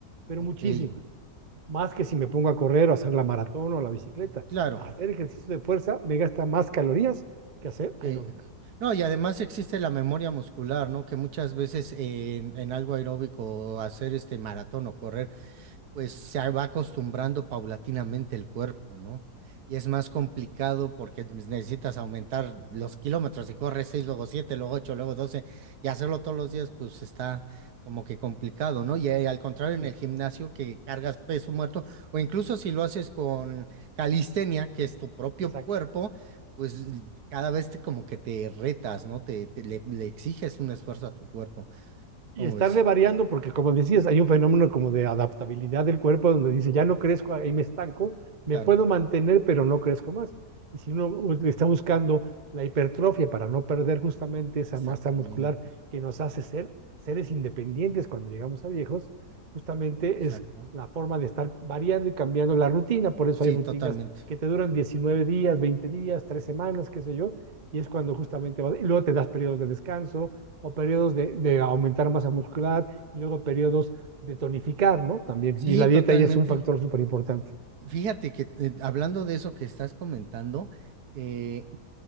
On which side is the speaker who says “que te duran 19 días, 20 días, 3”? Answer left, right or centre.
Right